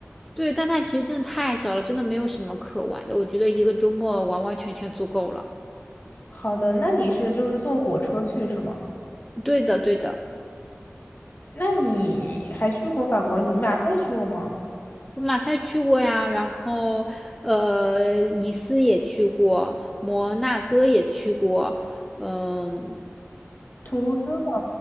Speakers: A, in the centre; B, on the left (about 45°).
A: 对，但它其实真的太小了，真的没有什么可玩的。我觉得一个周末完完全全足够了。
B: 好的，那你是就是坐火车去是吗？
A: 对的，对的，
B: 那你还去过法国？你马赛去过吗？
A: 我马赛去过呀，然后呃，尼斯也去过，摩纳哥也去过，嗯、
B: 图卢兹吗